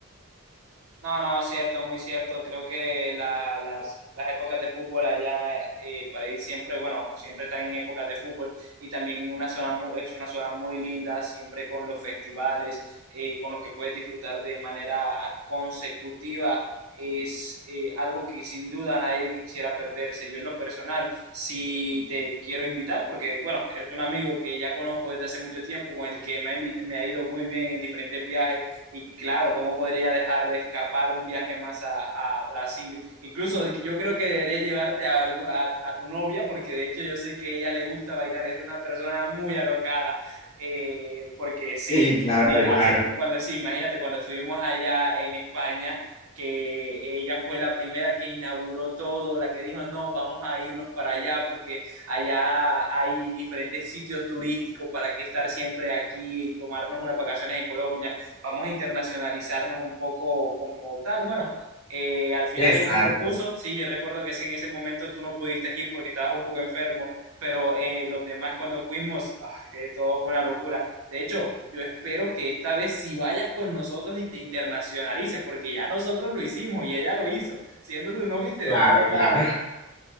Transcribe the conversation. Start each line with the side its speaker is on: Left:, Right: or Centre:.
Right: No, no, cierto, muy cierto. Creo que la- las, las épocas de fútbol allá eh, para ir siempre, bueno, siempre están en épocas de fútbol y también una zona mu- es una zona muy linda, siempre con los festivales, eh, con los que puedes disfrutar de manera consecutiva. Es eh, algo que sin duda nadie quisiera perderse. Yo en lo personal, si te quiero invitar, porque bueno, eres un amigo que ya conozco desde hace mucho tiempo, con el que me ha, invi- me ha ido muy bien en diferentes viajes y claro, ¿cómo podría dejar de escapar un viaje más a, a Brasil? Incluso yo creo que deberías llevarte a, algún- a, a tu novia, porque de hecho yo sé que a ella le gusta bailar, es una persona muy alocada, Eh, porque sí,
Left: Sí, claro,
Right: eh, hace
Left: claro.
Right: po- cuando sí, imagínate, cuando estuvimos allá en España que ella fue la primera que inauguró todo, la que dijo, no, vamos a irnos para allá porque allá hay diferentes sitios turísticos para que estar siempre aquí y tomarnos unas vacaciones en Colombia vamos a internacionalizarnos un poco como tal. Bueno, eh, al final
Left: Exacto,
Right: ella me propuso, sí, yo recuerdo que ese- en ese momento tú no pudiste ir porque estabas un poco enfermo, pero eh, los demás cuando fuimos, ah, eh, todo fue una locura. De hecho, yo espero que esta vez sí vayas con nosotros y te internacionalices, porque ya nosotros lo hicimos y ella lo hizo, siendo tu novia y te
Left: claro,
Right: dejó botado.
Left: claro. <laughs>